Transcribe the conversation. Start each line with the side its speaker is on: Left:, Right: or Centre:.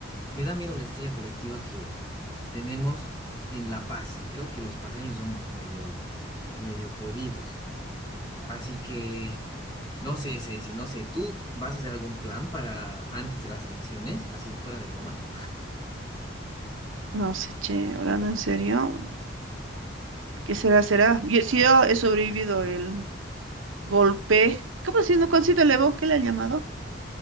Left: me da miedo la estrella colectiva que tenemos en La Paz. Creo que los paseños somos medio, medio jodidos. Así que, no sé, Ceci, no sé, ¿tú vas a hacer algún plan para antes de las elecciones, así fuera de broma?
Right: no sé, che, hablando en serio. ¿Qué será, será? Yo- si yo he sobrevivido el golpe, ¿cómo se llama? ¿Cuándo se el Evo? ¿Qué le han llamado?